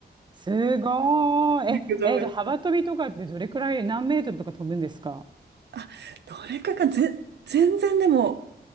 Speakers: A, on the right; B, on the right.
A: すごーい。
B: 陸上やっ
A: え、え、じゃあ幅跳びとかってどれくらい何メートルとか飛ぶんですか
B: あ、どれかがぜ、全然でも、